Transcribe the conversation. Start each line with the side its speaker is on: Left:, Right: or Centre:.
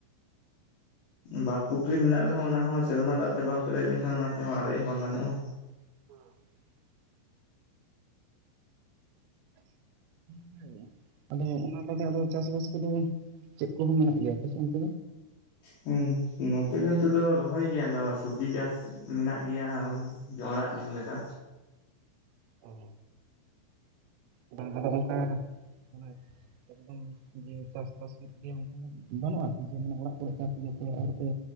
Left: ᱵᱟᱸᱫᱽ ᱯᱩᱠᱷᱨᱤ ᱢᱮᱱᱟᱜ ᱨᱮᱦᱚᱸ ᱚᱱᱟ ᱦᱚᱸ ᱥᱮᱨᱢᱟ ᱫᱟᱜ ᱛᱮ ᱵᱟᱝ ᱯᱮᱨᱮᱡ ᱞᱮᱱᱠᱷᱟᱱ ᱚᱱᱟ ᱛᱮᱦᱚᱸ ᱟᱨᱮᱡ ᱦᱚᱸ ᱵᱟᱝ ᱜᱟᱱᱚᱜ-ᱟ
Right: <unintelligible> ᱚᱱᱠᱟ ᱜᱮ ᱟᱫᱚ ᱚᱱᱟ ᱵᱟᱫᱮ ᱟᱫᱚ ᱪᱟᱥᱵᱟᱥ ᱠᱚᱫᱚ ᱪᱮᱫ ᱠᱚᱦᱚᱸ ᱢᱮᱱᱟᱜ ᱜᱮᱭᱟ ᱟᱯᱮᱥᱮᱱ ᱫᱚ
Left: ᱦᱩᱸ ᱱᱚᱛᱮ ᱨᱮᱱ ᱠᱚᱫᱚ ᱨᱚᱦᱚᱭ ᱜᱮᱭᱟ ᱱᱚᱣᱟ ᱥᱚᱵᱽᱡᱤ ᱪᱟᱥ ᱢᱮᱱᱟᱜ ᱜᱮᱭᱟ ᱳᱭ ᱡᱚᱲᱟᱜ ᱡᱚᱢ ᱞᱮᱠᱟ
Right: ᱚ ᱟᱫᱚ ᱚᱱᱟ ᱫᱚ ᱜᱚᱢᱠᱮ ᱢᱟᱱᱮ ᱮᱠᱫᱚᱢ ᱡᱮ ᱪᱟᱥᱵᱟᱥ ᱦᱩᱭᱩᱜ ᱜᱮᱭᱟ ᱚᱱᱠᱟ ᱫᱚ ᱵᱟᱹᱱᱩᱜ ᱟᱛᱚ ᱡᱮ ᱢᱟᱱᱮ ᱚᱲᱟᱜ ᱠᱚᱨᱮᱜ ᱪᱟᱥ ᱤᱭᱟᱹ ᱛᱮ ᱟᱨ ᱛᱮ